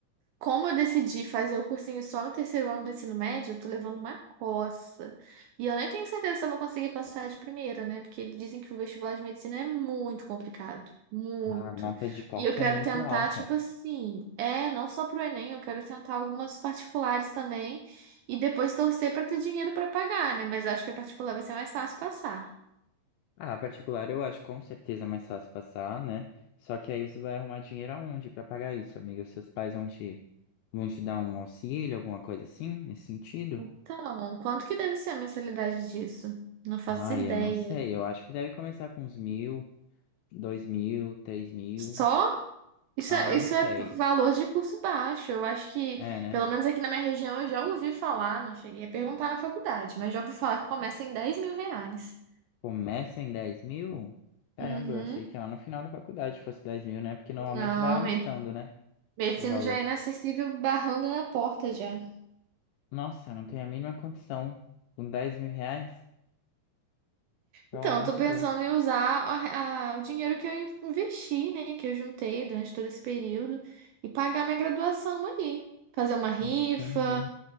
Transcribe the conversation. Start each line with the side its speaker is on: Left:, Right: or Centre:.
Right: Como eu decidi fazer o cursinho só no terceiro ano do ensino médio, eu tô levando uma coça. E eu nem tenho certeza se eu vou conseguir passar de primeira, né? Porque dizem que o vestibular de medicina é muito complicado. Muito.
Left: A nota de corte
Right: E eu quero
Left: é muito
Right: tentar,
Left: alta.
Right: tipo assim, é, não só pro Enem, eu quero tentar algumas particulares também. E depois torcer pra ter dinheiro pra pagar, né? Mas eu acho que a particular vai ser mais fácil passar.
Left: Ah, a particular eu acho com certeza mais fácil passar, né? Só que aí você vai arrumar dinheiro aonde pra pagar isso, amiga? Seus pais vão te vão te dar um auxílio, alguma coisa assim, nesse sentido?
Right: Então, quanto que deve ser a mensalidade disso? Não faço
Left: Ah,
Right: ideia.
Left: eu não sei. Eu acho que deve começar com uns mil. Dois mil, três mil.
Right: Só? Isso
Left: Ah,
Right: é, isso
Left: não sei.
Right: é valor de curso baixo. Eu acho que,
Left: É, né?
Right: pelo menos aqui na minha região, eu já ouvi falar, não cheguei a perguntar na faculdade, mas já ouvi falar que começa em dez mil reais.
Left: Começa em dez mil? Caramba,
Right: Uhum.
Left: eu achei que lá no final da faculdade fosse dez mil, né? Porque normalmente
Right: Não,
Left: vai aumentando,
Right: me-
Left: né?
Right: medicina
Left: O valor.
Right: já é inacessível barrando na porta já.
Left: Nossa, eu não tenho a mínima condição. Com dez mil reais? Pelo
Right: Então,
Left: amor
Right: eu tô
Left: de
Right: pensando
Left: Deus.
Right: em usar a- a- o dinheiro que eu in- investi, né, que eu juntei durante todo esse período e pagar minha graduação ali. Fazer uma rifa,
Left: Entendi,